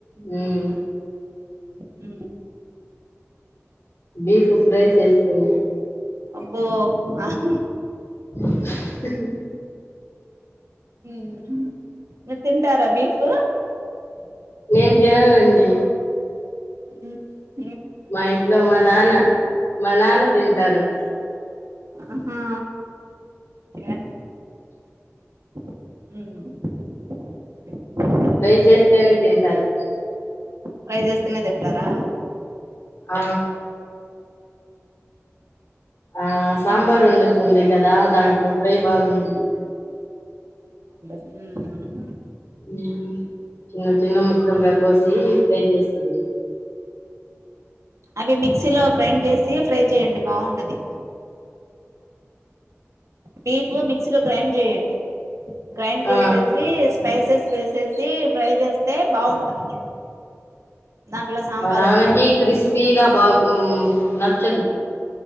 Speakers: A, on the left; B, on the right.
A: మ్మ్
B: అ
A: బీఫ్ ఫ్రై చేస్తుంది.
B: అబ్బో ఆహ్
A: ఏ
B: హమ్ మీరు తింటారా బిఫ్?
A: నేను తిననండి
B: ఉ
A: మా ఇంట్లో మా నాన్న మా నాన్న తింటారు.
B: ఆహా య అ
A: ఫ్రేయ్ చేస్తేనే తింటారు
B: ఫ్రేయ్ చేస్తెనే తింటారా
A: ఆ ఆ సాంబార్
B: ఇంకే
A: వండుతుంది కదా దాంట్లో ఫ్రై బాగుంది
B: మ్
A: మ్ చిన్న చిన్న ముక్కలుగా కోసి ఫ్రై చేస్తుంది
B: అవి మిక్సీలో గ్రైండ్ చేసి ఫ్రై చేయండి బాగుంటది డీప్ మిక్సీలో గ్రైండ్ చేయండి గ్రైండ్
A: ఆ
B: చేసేసి స్పైసెస్ వేసేసి ఫ్రై చేస్తే బాగుంటది దాంట్లో సాంబార్
A: మా నాన్నకి
B: వేసుకుని తింటే
A: క్రిస్పీగా బా మ్ నచ్చదు